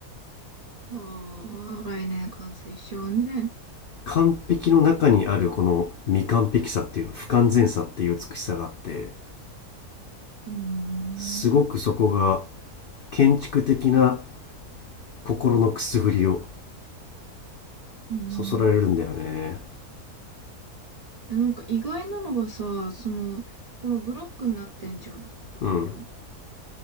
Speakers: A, on the right; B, on the left.
A: はあ、来年完成しちゃうね。
B: 完璧の中にあるこの未完璧さっていうの、不完全さっていう美しさがあって、
A: うーん。
B: すごくそこが建築的な心のくすぐりを
A: うーん。
B: そそられるんだよね。
A: え、なんか意外なのがさ、その、このブロックになってんじゃん。
B: うん。
A: 建物。